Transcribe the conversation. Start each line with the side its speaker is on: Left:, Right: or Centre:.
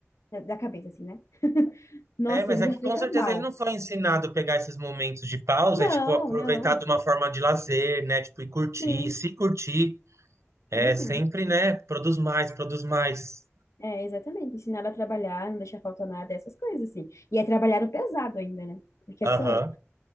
Left: da da cabeça, assim, né? Nossa,
Right: É, mas
Left: ele
Right: é
Left: já
Right: que
Left: fica
Right: com certeza
Left: mal.
Right: ele não foi ensinado a pegar esses momentos de pausa
Left: Não,
Right: e, tipo, aproveitar
Left: não.
Right: de uma forma de lazer, né? Tipo, e curtir,
Left: Sim.
Right: se curtir, é
Left: Uhum.
Right: sempre, né? Produz mais, produz mais.
Left: É, exatamente. Ensinar a trabalhar, não deixar faltar nada, essas coisas, assim. E é trabalhar o pesado ainda, né? Porque
Right: Aham.
Left: é pior.